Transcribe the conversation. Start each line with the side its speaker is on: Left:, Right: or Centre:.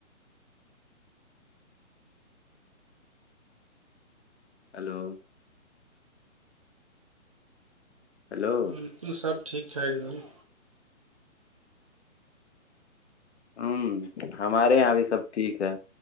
Left: ہلو ہلو
Right: بالکل سب ٹھیک ہے الہمد
Left: ہوں ہمارے یہاں بھی سب ٹھیک ہے